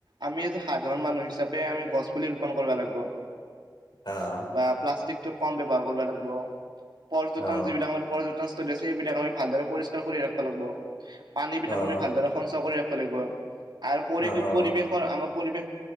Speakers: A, on the right; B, on the left.
A: আমি গাঁওৰ মানুহ হিচাপে আমি গছপুলি ৰোপণ কৰিব লাগিব
B: অ',
A: বা প্লাষ্টিক কম ব্যৱহাৰ কৰিব লাগিব পৰ্যটন
B: অ',
A: যিবিলাক পৰ্য্যতক। সেইবিলাক আমি ভাল দৰে পৰিষ্কাৰ কৰি ৰাখিব লাগিব, পানী বিলাক
B: অ',
A: আমি ভালদৰে সংচয় কৰি ৰাখিব লাগিব। লাগিব আৰু পৰি
B: অ', অ'।
A: পৰিৱেশৰ আমাৰ পৰিৱেশ।